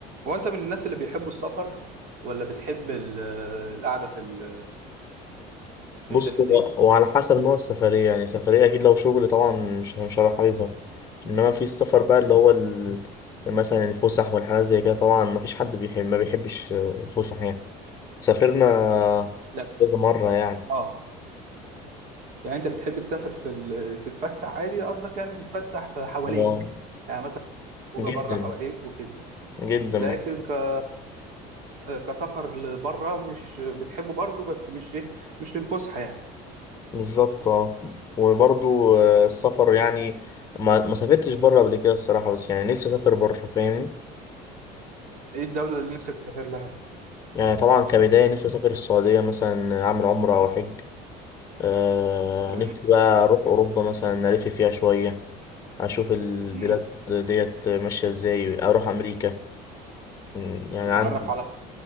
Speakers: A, on the right; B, on the left.
A: هو انت من الناس اللي بيحبوا السفر ولا بتحب ال- القعده في ال-
B: بص
A: بعيد يا حسين
B: هو وعلى حسب نوع السفرية يعني سفرية أكيد لو شغل طبعا مش مش هبقى حاببها إنما في السفر بقى اللي هو ال... مثلا الفسح والحاجات زي كده طبعا مفيش حد بيحب ما بيحبش آه، الفسح يعني سافرنا
A: لا
B: كذا مرة يعني
A: اه يعني انت بتحب تسافر في ال... تتفسح عادي قصدك يعني تتفسح في حواليك
B: آه،
A: يعني مثلا خروجه
B: جدا
A: بره حواليك وكده
B: جدا
A: لكن
B: بحب
A: ك... كسفر لبره مش بتحبه برضه بس مش ايه مش للفسحه يعني
B: بالظبط اه وبرضو آه، السفر يعني ما ما سافرتش بره قبل كده الصراحة بس يعني نفسي أسافر بره فاهمني
A: ايه الدوله اللي نفسك تسافر لها
B: يعني طبعا كبداية نفسي أسافر السعودية مثلا أعمل عمرة أو حج آه
A: تمام
B: نفسي بقى أروح أوروبا مثلا ألف فيها شوية أشوف البلاد
A: امم
B: ديت ماشية إزاي أروح أمريكا م، يعني
A: تتعرف
B: عندي
A: على